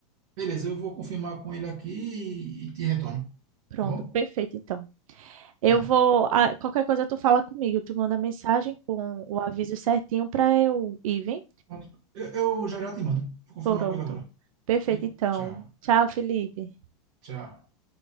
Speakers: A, on the right (about 60°); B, on the right (about 75°).
A: Beleza, eu vou confirmar com ele aqui e, e te retorno.
B: Pronto,
A: Tá bom?
B: perfeito então. Eu
A: Vai.
B: vou, ah, qualquer coisa tu fala comigo, tu manda mensagem com o aviso certinho para eu ir, vi?
A: Pronto. Eu, eu já já te mando. Vou confirmar
B: Pronto.
A: com ele agora.
B: Perfeito
A: E
B: então.
A: tchau.
B: Tchau, Felipe.
A: Tchau.